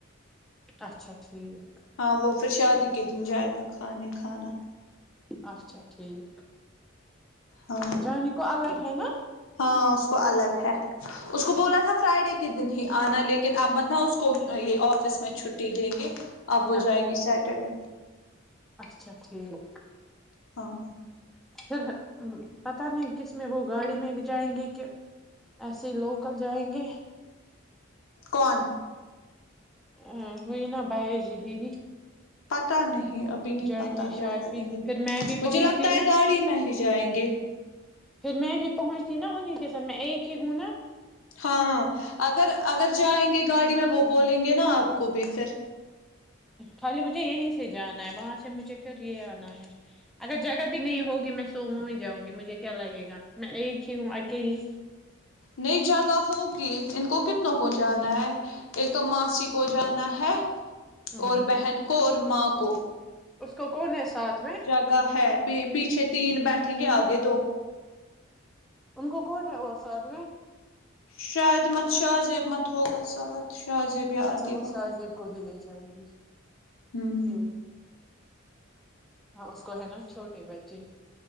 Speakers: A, in the centre; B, on the left.
A: اچھا ٹھیک
B: ہاں وہ پھر شادی کے دن جائے کا کھانے کھانا
A: اچھا ٹھیک
B: ہاں
A: جانی کو الگ ہے نا
B: ہاں اس کو الگ ہے اس کو بولا تھا فرائیڈے کے دن ہی آنا لیکن اپ مت نہ اس کو یہ آفس میں چھٹی دیں گے اب وہ
A: نہ
B: جائے گی سیٹرڈے
A: اچھا ٹھیک
B: ہاں
A: پھر پت نہیں کس میں وہ گاڑی میں جائیں گے کہ ایسے ہی لوکل جائیں گے
B: کون
A: ا وہئیین بائے ج دیدی
B: پتا نہیں ابھی نہیں
A: جانی
B: پتا کیا
A: شافی
B: کریں گے
A: پھر میں بھی
B: مجھے
A: پہنچتی
B: لگتا ہے
A: نا
B: گاڑی میں ہی جائیں گے
A: پھر میں بھی پہنچتی نا انہیں کے ساتھ میں ایک ہی ہوں نا
B: ہاں اگر اگر جائیں گے گاڑی میں وہ بولیں گے نا آپ کو بھی پھر
A: خالی مجھے یہیں سے جانا ہے وہاں سے مجھے پھر یہ آنا ہے اگر جگہ بھی نہیں ہوگی میں سومو میں جاؤں گی مجھے کیا لگے گا میں ایک ہی ہوں اکیلی
B: نہیں جگہ ہوگی ان کو کتنوں کو جانا ہے ایک تو ماسی کو جانا ہے
A: ہوں
B: اور بہن کو اور ماں کو
A: اس کو کون ہے ساتھ میں
B: جگہ ہے یہ پیچھے تین بیٹھیں گے آگے دو
A: ان کو کون ہے اور ساتھ میں
B: شاہعد مت شاہ زیب مت ہوگا ساتھ شاہ زیب یا
A: اچھا
B: ادیبہ
A: وہ شاہزیب کو ہی لے جائے گی
B: ہوں
A: کیوں
B: ہوں،
A: ہاں اس کو ہے نا چھوٹے بچے